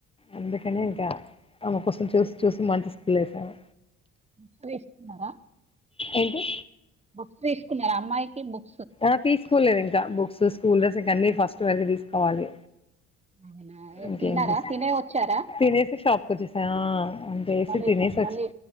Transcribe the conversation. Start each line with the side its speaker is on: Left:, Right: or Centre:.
Left: అందుకనే ఇంకా ఆమె కోసం చూసి చూసి మంచి స్కూల ఏసాను
Right: ముక్క వేస్తున్నారా
Left: ఏంటి
Right: బుక్స్ తీసుకున్నారు అమ్మాయికి బుక్
Left: ఆ తీసుకోలేదు ఇకా బుక్స్ స్కూల్ డ్రెస్ అన్ని ఫస్ట్ వరకె తీసుకోవాలి
Right: అవునా
Left: ఇంకేం
Right: తిన్నారా
Left: దీస్
Right: తినే వచ్చారా
Left: తినేసి షాప్ కొచ్చేసా అంతేసీ
Right: మళ్ళీ
Left: తినేసొచ్చి
Right: మళ్ళీ